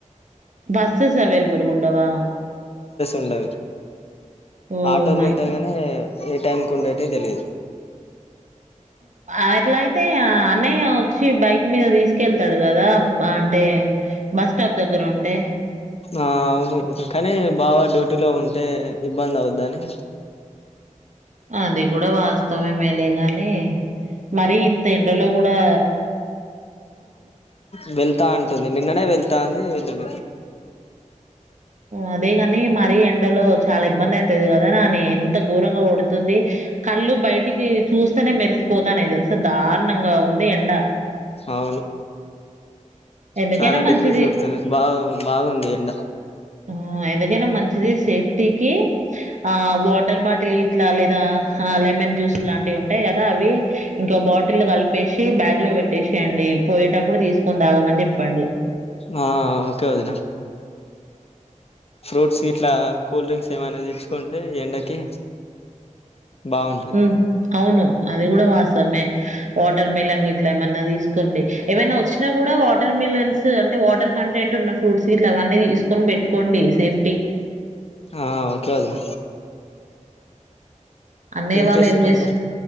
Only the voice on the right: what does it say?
బస్సస్ అవైలబుల్ గా ఉండవా
ఓహ్!
మై
గాడ్!
అట్లా అయితే అన్నయ్య వచ్చి బైక్ మీద తీసుకెళ్తాడు కదా అంటే బస్ స్టాప్ దగ్గర ఉంటే
అది కూడా వాస్తవ మేలే గానీ మరి ఇంత ఎండలో కూడా
అదే కానీ మరి ఎండలో చాలా ఇబ్బంది అయితది కదా నానీ ఎంత గోరంగా కొడుతుంది కళ్ళు బయట బయటికి చూస్తేనే మెరిసిపోతానాయి తెలుసా దారుణంగా ఉంది ఎండ
ఎందుకైనా
మంచిది.
ఆ ఎందు కైనా మంచిది సేఫ్టీ కి ఆ వాటర్ బాటిల్ ఇట్లా లేదా ఆ లే లెమన్ జూస్ లాంటివి ఉంటాయి కదా అవి ఇంక బాటిల్ కలిపేసి బ్యాగ్ లో పెట్టేసియండి పోయేటప్పు అప్పుడు తీసుకోని తాగమని చెప్పండి
ఉం అవును అది కూడా వాస్తవమే వాటర్ మిలన్ గట్లే మన్నా తీసుకోండి ఏవైనా వచ్చినా కూడా వాటర్ మిలన్స్ అంటే వాటర్ కంటెంట్ ఉన్న ఫ్రూట్స్ ఇట్లా అవన్నీ తీసుకొని పెట్టుకో డి సేఫ్టీ <unintelligible>
అన్నయ్య వాళ్ళు
ఏం చేస్తు